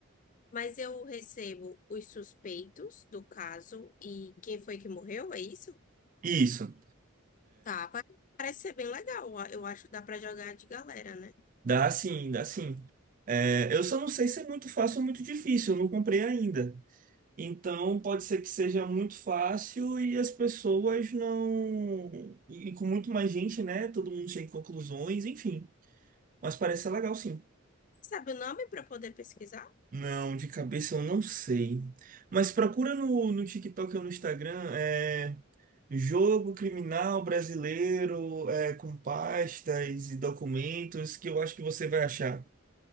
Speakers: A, on the left (about 35°); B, on the right (about 40°).
A: Mas eu recebo os suspeitos do caso e quem foi que morreu, é isso?
B: Isso.
A: Tá. pa- Parece ser bem legal. Eu acho que dá pra jogar de galera, né?
B: Dá sim, dá sim. É, eu só não sei se é muito fácil ou muito difícil, eu não comprei ainda. Então pode ser que seja muito fácil e as pessoas não. E, e com muito mais gente, né? Todo mundo chega em conclusões, enfim. Mas parece ser legal sim.
A: Sabe o nome pra poder pesquisar?
B: Não, de cabeça eu não sei. Mas procura no, no TikTok ou no Instagram, é, jogo criminal brasileiro, é, com pastas e documentos, que eu acho que você vai achar. <laughs>